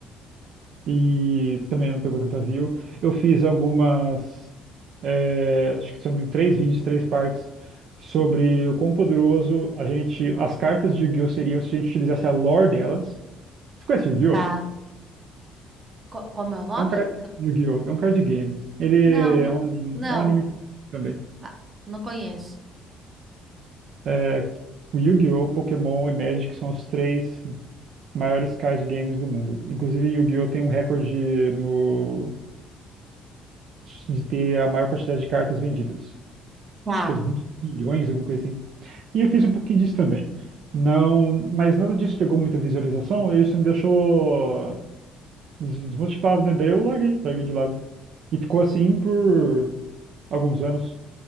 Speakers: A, on the right; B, on the right.
A: E também não pegou tanta view. Eu fiz algumas, é, acho que são em três vídeos, três partes, sobre o quão poderoso a gente, as cartas de Yu-Gi-Oh! seriam se a gente utilizasse a lore delas. Você conhece Yu-Gi-Oh?
B: tá. Co- Como é o nome?
A: É um card,
B: Você-
A: Yu-Gi-Oh! É um card game. Ele
B: Não, não.
A: é um anime,
B: Não,
A: é um anime também.
B: Ah, não conheço.
A: É, o Yu-Gi-Oh!, Pokémon e Magic são os três maiores card games do mundo. Inclusive, Yu-Gi-Oh! tem um recorde no... de ter a maior quantidade de cartas vendidas.
B: Tá,
A: Acho que é 20 milhões, alguma coisa assim. E eu fiz um pouquinho disso também. Não, mas nada disso pegou muita visualização e isso me deixou des- desmotivado, né? Daí eu larguei, larguei de lado. E ficou assim por alguns anos,